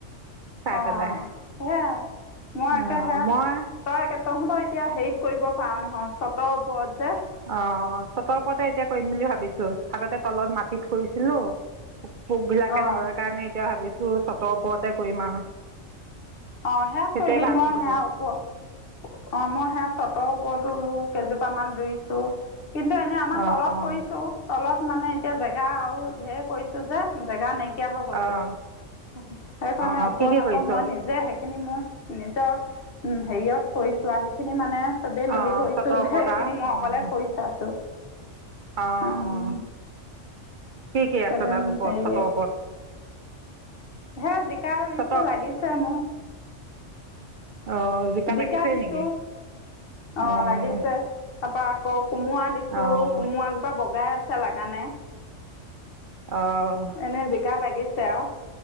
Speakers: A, on the right; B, on the left.
A: চাই
B: অ'
A: পেলাই
B: সেয়াই । মই একে
A: অঁ
B: সেয়া
A: মই
B: তই এক- তহঁতৰ এতিয়া হেৰিত কৰিব পান হয়। ছতৰ ওপৰত যে।
A: অ' চতৰ ওপৰতে এতিয়া কৰিম বুলি ভাবিছোঁ। আগতে তলত মাটিত কৰিছিলোঁ । পোক-চোকবিলাকে
B: অঁ
A: ধৰে কাৰণে এতিয়া ভাবিছোঁ তোও চতৰ ওপৰতে কৰিম আৰু।
B: অ' সেয়াত
A: সেইটোৱে
B: কৰিবি ।
A: ভাল
B: মই
A: হ'ব
B: সেয়া ওপ- অ' মই সেয়া চত তৰ ওপৰতো কেইজোপামান ৰুইছোঁ। কিন্তু এনে আমাৰ
A: অঁ
B: তলত
A: অঁ
B: কৰিছোঁ। তলত মানে এতিয়া জেগা আৰু ঢেৰ কৰিছোঁ যে, জেগা নাই এতিয়া হৈ গৈছে
A: অঁ
B: । সেইকাৰণে
A: অঁ
B: ওপৰত
A: কি কি
B: আকৌ
A: কৰিছ
B: মই নি সেইখিনি মোৰ নিজৰ উম, হেৰিহত কৰি চোৱা খিনি মানে চবে মিলি
A: অঁ
B: কৰিছোঁ
A: চটৰ
B: যে,
A: ওপৰত
B: এইখিনি
A: আৰু
B: মই
A: অঁ
B: অকলে কৰি চাইছোঁ ।
A: অঁ
B: উম,
A: অঁ কি কি
B: চবে-
A: আছে তাৰ ওপৰত
B: হেৰিয়ে
A: চটৰ ওপৰত
B: সেয়া জিকা ৰুইছোঁ,
A: চটৰ
B: লাগিছে মোৰ
A: অঁ
B: জিকা
A: লাগিছেই
B: দিছোঁ
A: নেকি
B: ।‌ অ'
A: অঁ
B: লাগিছে। তাৰপৰা আকৌ কোমোৰা দিছোঁ।
A: অঁ
B: কোমোৰাজোপা বগাই ছা লাগা নাই?
A: অঁ
B: এনে জিকা লাগি ছে আও।